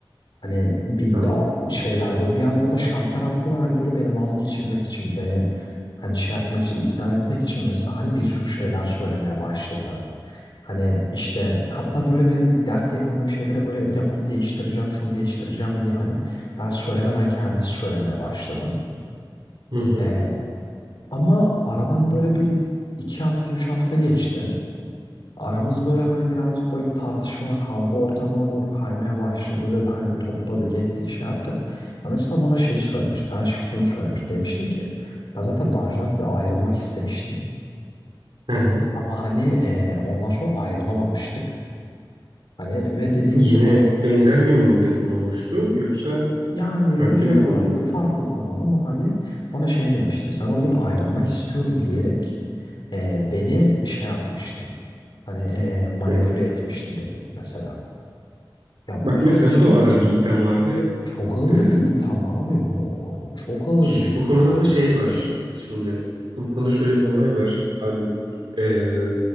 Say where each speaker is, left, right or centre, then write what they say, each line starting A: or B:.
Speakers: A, on the left; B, on the right.
A: Hani bir
B: Tamam.
A: a- şeyler böyle bir an orada şalter attı ve hani böyle beni vazgeçirmek için beni hani şey yapmak için ikna etmek için mesela hani bir sürü şeyler söylemeye başladı. Hani işte hatta böyle benim dert yakındığım şeylere böyle ya bunu değiştireceğim şunu değiştireceğim diye hani ben söylemeden kendisi söylemeye başladı.
B: Hı hı.
A: Ee, ama aradan böyle bir iki hafta üç hafta geçti. Aramız böyle hani birazcık böyle bir tartışma, kavga ortamına doğru kaymaya başladı dedi. Hani topladık, ettik, şey yaptık. Ya mesela bana şey söylemiş. Ben ş- şunu söylemiş. Demiştim ki ben zaten daha önceden de bir ayrılmak istemiştim.
B: Hı hı.
A: Ama hani e, ondan sonra ayrılamamıştık. Hani ve dediydi
B: Yine
A: ki bana
B: benzer bir muhabbet mi olmuştu yoksa
A: yani
B: farklı
A: özel
B: bir
A: olarak
B: konu mu?
A: diye farklı konu ama hani bana şey demişti. Sen o gün ayrılmak istiyorum diyerek e, beni şey yapmıştın. Hani e, manipüle
B: Ne?
A: etmiştin dedi mesela. Ya
B: Bak
A: bu benim
B: mesela
A: için
B: bu da ağır
A: de mesela
B: bir item abi.
A: Çok ağır
B: Ee,
A: bir itham abi bu. Hani çok ağır
B: ş-
A: bir itham
B: bu konuda ama
A: hem
B: şey
A: de.
B: var. Şimdi bu konuda şöyle bir olay var. Abi ee,